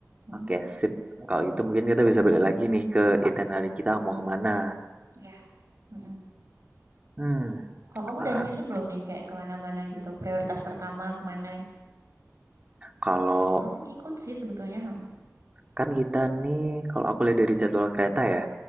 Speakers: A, on the right; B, on the right.
A: Mhm,
B: Oke, okay, sip. Kalau gitu mungkin kita bisa balik lagi nih ke itinerary kita mau
A: mhm,
B: kemana.
A: iya, mhm.
B: Hmm,
A: Kalau kamu
B: ah,
A: udah nyusun belum nih kayak ke mana-mana gitu, prioritas pertama ke mana?
B: kalau
A: Kalau aku ngikut sih sebetulnya, mhm,
B: kan kita nih, kalau aku lihat dari jadwal kereta ya,